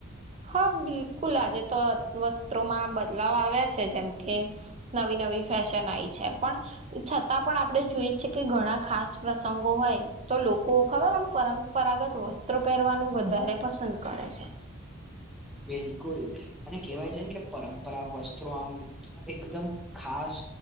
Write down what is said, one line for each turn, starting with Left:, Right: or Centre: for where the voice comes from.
Right: હા, બિલકુલ આજે તો વસ્ત્રોમાં બદલાવ આવ્યા છે, જેમ કે. નવી, નવી ફેશન આઈ છે, પણ છતાં પણ આપણે જોઈ છે, કે ઘણા ખાસ પ્રસંગો હોય તો લોકો ખબર આમ પર... પરાગત વસ્ત્રો પહેરવાનું વધારે પસંદ કરે છે.
Centre: બિલકુલ, અને કેહેવાય છે ને કે પરંપરા વસ્ત્રુ આમ એકદમ ખાસ.